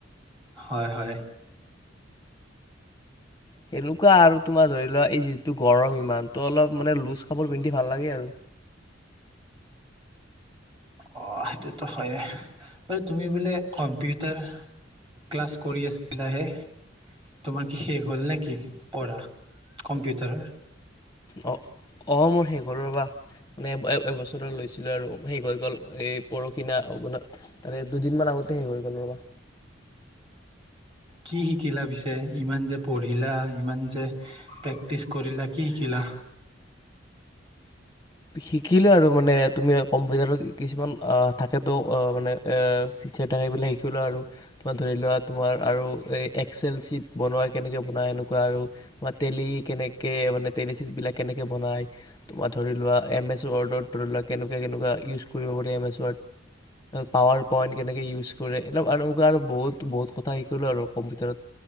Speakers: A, on the right (about 25°); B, on the left (about 20°).
A: হয়- হয়
B: সেনেকুৱা আৰু তোমাৰ ধৰি লোৱা এই যিটো গৰম ইমান ত অলপ মানে লুজ কাপোৰ পিন্ধি ভাল লাগে আৰু।
A: অ' সেইটোতো হয়ে তুমি বোলে কম্পিউটাৰ ক্লাছ কৰি আছিলাহে? তোমাৰ কি শেষ হ'ল নে কি কৰা কম্পিউটাৰৰ?
B: অ ' মোৰ শেষ। হ'ল ৰবা মানে এবছৰ লৈছো। লৈছিল আৰু শেষ হৈ গ'ল এই পৰহিনা ত দুদিনমান আগতে শেষ হৈ গ'ল ৰবা।
A: কি শিকিলা পিছে ইমান যে পঢ়িলা ইমান যে প্ৰেক্টিছ কৰিলা কি শিকিলা?
B: শিকিলোঁ আৰু মানে তুমি কম্পিউটাৰত কিছুমান থাকেতো মানে ফিচাৰ থাকে এইবিলাক শিকিলোঁ আৰু তোমাৰ ধৰি লোৱা। তোমাৰ আৰু এই এক্স এল চিট বনোৱা। কেনেকে বনায় এনেকুৱা আৰু বা তেলি কেনেকে মানে তেলি চি বিলাক কেনেকে বনায়! তোমাৰ ধৰি লোৱা এম এছ ৱৰ্ডত ধৰি লোৱা কেনেকুৱা কেনেকুৱা ইউজ কৰিব পাৰ এম এছ পাৱাৰ পইণ্ট কেনেকে ইউজ কৰে আৰু আৰু বহুত বহুত কথা শিকিলো আৰু কম্পিউটাৰত